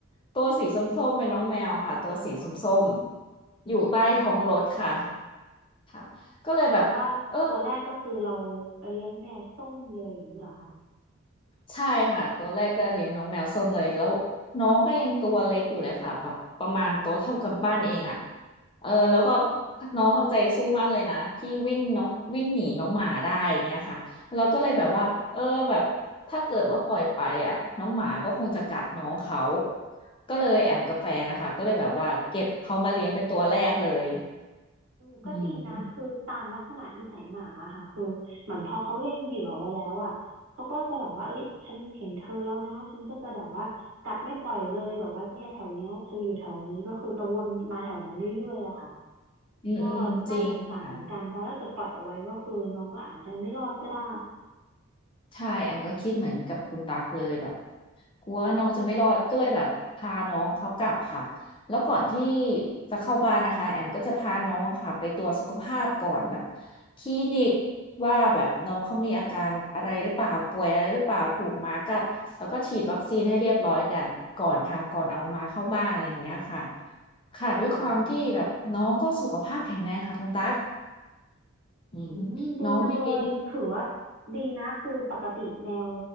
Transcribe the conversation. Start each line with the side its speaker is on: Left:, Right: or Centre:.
Left: ตัวสีส้มๆเป็นน้องแมวค่ะตัวสีส้มๆอยู่ใต้ท้องรถค่ะค่ะก็เลยแบบเออ
Right: แปลว่าตัวแรกก็คือเราเลี้ยงแมวส้มเลยอย่างนี้เหรอ
Left: ใช่ค่ะตัวแรกก็เลี้ยงน้องแมวส้มเลยแล้วน้องก็ยังตัวเล็กอยู่เลยค่ะแบบประมาณตัวเท่ากำปั้นเองอ่ะเออแล้วก็น้องเอาใจสู้มากเลยนะที่วิ่งน้องวิ่งหนีน้องหมาได้อย่างเงี้ยค่ะเราก็เลยแบบว่าเออแบบถ้าเกิดว่าปล่อยไปอ่ะน้องหมาก็คงจะกัดน้องเขาก็เลยแอมกับแฟนนะคะก็เลยแบบว่าเก็บเขามาเลี้ยงเป็นตัวแรกเลย
Right: อืมก็จริงนะคือตามลักษณะนิสัยหมาอะค่ะคือเหมือนพอเขาเล็งเหยื่อไว้แล้วอ่ะเขาก็จะแบบว่าเอ้ยฉันเห็นเธอแล้วนะฉันก็จะแบบว่ากัดไม่ปล่อยเลยแบบว่าเนี่ยแถวเนี้ยเธออยู่แถวนี้ก็คือจะวนมาแถวนั้นเรื่อยๆอะค่ะ
Left: อืมอืมอืมจริงค่ะ
Right: ก็น่าสงสารเหมือนกันเพราะถ้าเกิดปล่อยเอาไว้ก็คือน้องก็อาจจะไม่รอดก็ได้
Left: ใช่แอมก็คิดเหมือนกับคุณตั๊กเลยแบบ กลัวน้องจะไม่รอดก็เลยแบบพาน้องเขากลับค่ะแล้วก่อนที่จะเข้าบ้านนะคะแอมก็จะพาน้องค่ะไปตรวจสุขภาพก่อนแบบคลินิกว่าแบบน้องเขามีอาการอะไรหรือเปล่าป่วยอะไรหรือเปล่าถูกหมากัดแล้วก็ฉีดวัคซีนให้เรียบร้อยกันก่อนค่ะก่อนเอามาเข้าบ้านอะไรอย่างเงี้ยค่ะค่ะด้วยความที่แบบน้องก็สุขภาพแข็งแรงค่ะคุณตั๊ก
Right: อืม
Left: อืม
Right: อืมดีจังเลยถือว่า
Left: น้องไม่เป็น
Right: ดีนะคือปกติแมว